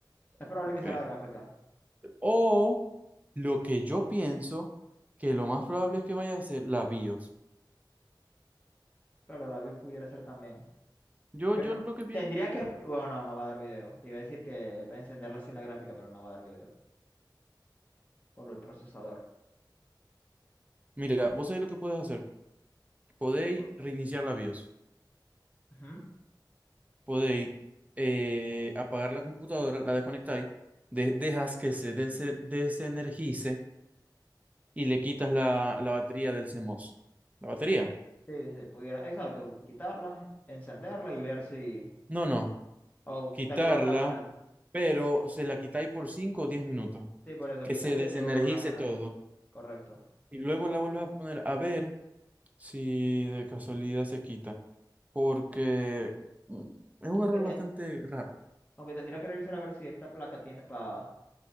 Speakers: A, on the left; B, on the right.
A: Es probable
B: Ok.
A: que sea la gráfica.
B: O lo que yo pienso, que lo más probable es que vaya a ser la BIOS.
A: Claro, la BIOS pudiera ser también.
B: Yo,
A: Pero
B: yo lo que pienso,
A: tendría que... Bueno, no, no va a dar video. Te iba a decir que para encenderla sin la gráfica, pero no va a dar video. Por el procesador.
B: mira, vos sabéis lo que podéis hacer. Podéis
A: Que por-
B: reiniciar la BIOS.
A: Ujú.
B: Podéis eh, apagar la computadora, la desconectáis, de- dejas que se dese- desenergice y le quitas la, la batería del CMOS. ¿La batería?
A: Sí, sí, pudiera. Exacto. Quitarla, encenderla y ver si...
B: No, no,
A: O
B: quitarla,
A: quitarla y volverla a poner.
B: pero se la quitáis por 5 o 10 minutos.
A: Sí, por eso,
B: Que
A: quitarla
B: se desenergice
A: y luego volver a poner.
B: todo.
A: Correcto.
B: Y luego la vuelves a poner a ver. si de casualidad se quita, porque mm, es un
A: Aunque,
B: error
A: te-
B: bastante raro.
A: aunque tendría que revisar a ver si esta placa tiene para